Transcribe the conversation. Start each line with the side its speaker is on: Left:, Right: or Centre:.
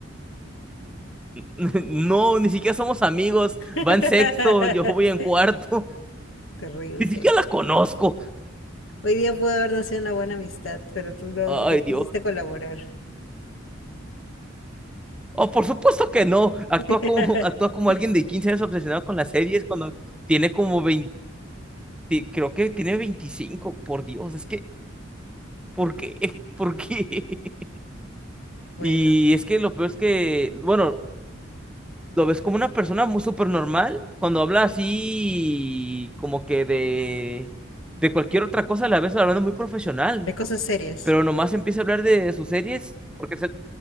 Centre: <laughs> No, ni siquiera somos amigos,
Left: <laughs>
Centre: va en sexto, yo voy en cuarto,
Left: Terrible.
Centre: <laughs> ni siquiera la conozco.
Left: Hoy día pudo haber nacido una buena amistad, pero tú no,
Centre: Ay,
Left: no
Centre: Dios.
Left: quisiste colaborar.
Centre: Oh, por supuesto que no, actúa
Left: <laughs>
Centre: como, <laughs> actúa como alguien de 15 años obsesionado con las series cuando tiene como 20, creo que tiene veinticinco por Dios, es que ¿por qué? ¿Por qué? <laughs>
Left: Bueno,
Centre: Y es que lo peor es que, bueno, lo ves como una persona muy súper normal, cuando habla así, como que de, de cualquier otra cosa, la ves hablando muy profesional,
Left: de cosas serias.
Centre: pero nomás empieza a hablar de sus series, porque se,